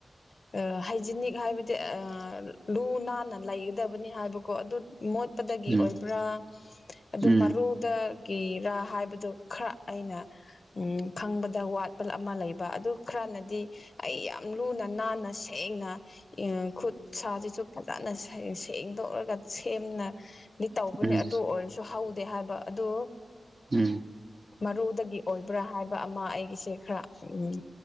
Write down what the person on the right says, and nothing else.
ꯎꯝ ꯎꯝ
ꯎꯝ ꯎꯝ
ꯎꯝ
ꯎꯝ